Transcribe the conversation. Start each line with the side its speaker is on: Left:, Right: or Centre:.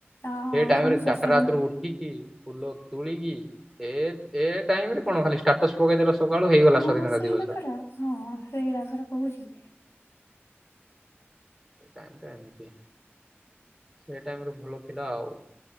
Left: ଆ
Centre: ସେ ଟାଇମ୍
Left: କଣ
Centre: ରେ
Left: ସୋସିଆଲ
Centre: ଚାଟା ରାତି ରୁ ଉଠିକି ଫୁଲ ତୁଳିକି, ଏ ଏ ଟାଇମ୍ ରେ କଣ ଖାଲି ଷ୍ଟାଟସ୍ ପକେଇଦେଲ ସକାଳୁ ହେଇଗଲା
Left: ହଁ
Centre: ସ୍ଵାଧୀନତା
Left: ସେଇଟା
Centre: ଦିବସ।
Left: ପରା, ହଁ ସେଇଟା ପରା କହୁଛି।
Centre: ଟାଇମ୍ ଟା ଏମିତି, ସେ ଟାଇମ୍ ର ଭଲ ଥିଲା ଆଉ।